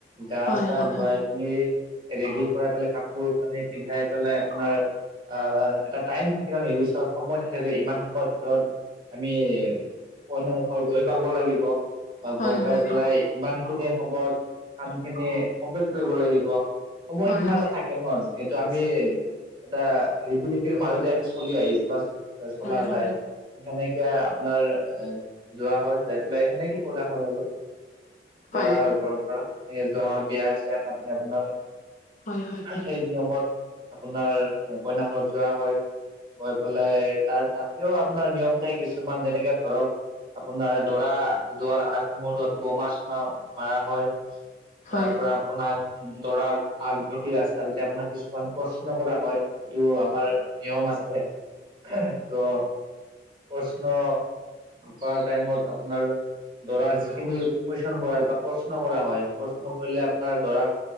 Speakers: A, on the right; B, on the left.
A: গা,
B: হয়
A: চা
B: হয়
A: ধুৱাই পিনি ৰেডি কৰাই পেলাই কাপোৰ কানি পিন্ধাই, পেলাই আপোনাৰ- আহ এটা টাইম থাকে আৰু নিৰ্দিষ্ট সময় থাকে যে ইমান সময়ৰ ভিতৰত আমি- কন্য, দেশৰ গৈ পাব লাগিব বা
B: হয়
A: গৈ
B: হয়
A: পাই
B: হয়
A: পেলাই ইমান। খিন সময়ত কাম খিনি সমৱেশ কৰিব লাগিব সময়
B: হয়
A: সীমা
B: হয়
A: এটা
B: হয়
A: থাকে ন এইটো আমি এটা ৰীতি নীতিৰ মাজতে আমি চলি আহিছো বাচ চলা
B: হয় হয়
A: যায়।
B: হয় হয়
A: যেনেকে আপোনাৰ এ যোৱা হয়, যাই পেলাই সেনেকে কৰা হয় আৰু। দৰা
B: হয়
A: ঘৰৰ পৰা এনেকে যোৱা হয় বিয়া চিয়া পাতিলে আপোনাৰ।
B: হয় হয় হয় হয় হয়
A: সেই নিয়মত আপোনাৰ কইনাখৰত যোৱা হয়, গৈ পেলাই তাত তাতেও আপোনাৰ নিয়মতে কিছুমান যেনেকে ধৰক, আপোনাৰ দৰা যোৱাৰ আগমহুৰ্তত বোমা চোমা মাৰা হয়।
B: হয়
A: তাৰ
B: হয়
A: পৰা আপোনাৰ দৰাৰ আগ ভেটি ৰাস্তা ভেটে। আপোনাৰ কিছুমান প্ৰশ্ন কৰা হয়। এইটো আমাৰ নিয়ম আছে। ত' প্ৰশ্ন কৰা টাইমত আপোনাৰ দৰাৰ যিখিনি কুইশন কৰা হয় বা প্ৰশ্ন কৰা হয়। প্ৰশ্ন কৰিলে আপোনাৰ দৰাক